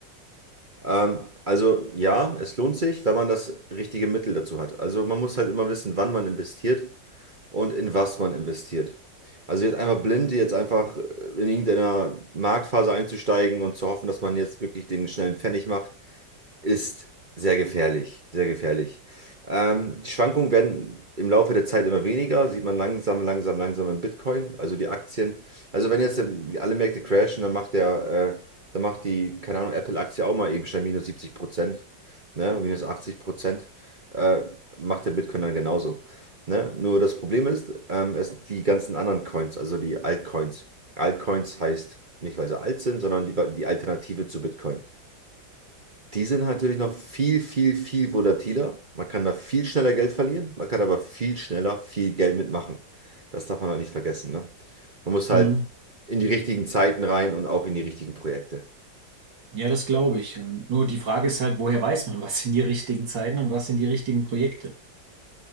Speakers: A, on the right; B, on the right.
A: Ähm, also ja, es lohnt sich, wenn man das richtige Mittel dazu hat. Also man muss halt immer wissen, wann man investiert und in was man investiert. Also jetzt einfach blind, jetzt einfach in irgendeiner Marktphase einzusteigen und zu hoffen, dass man jetzt wirklich den schnellen Pfennig macht ist sehr gefährlich, sehr gefährlich. Ähm, die Schwankungen werden im Laufe der Zeit immer weniger, sieht man langsam, langsam, langsam im Bitcoin, also die Aktien. Also wenn jetzt ähm, alle Märkte crashen, dann macht der, äh, dann macht die, keine Ahnung, Apple-Aktie auch mal eben schnell minus 70 Prozent, ne, minus 80 Prozent, äh, macht der Bitcoin dann genauso. Ne? Nur das Problem ist, ähm, es sind die ganzen anderen Coins, also die Altcoins. Altcoins heißt nicht, weil sie alt sind, sondern die, die Alternative zu Bitcoin. Die sind halt natürlich noch viel, viel, viel volatiler. Man kann da viel schneller Geld verlieren, man kann aber viel schneller viel Geld mitmachen. Das darf man halt nicht vergessen, ne? Man muss halt
B: Hm.
A: in die richtigen Zeiten rein und auch in die richtigen Projekte.
B: Ja, das glaube ich. Und nur die Frage ist halt, woher weiß man, was sind die richtigen Zeiten und was sind die richtigen Projekte?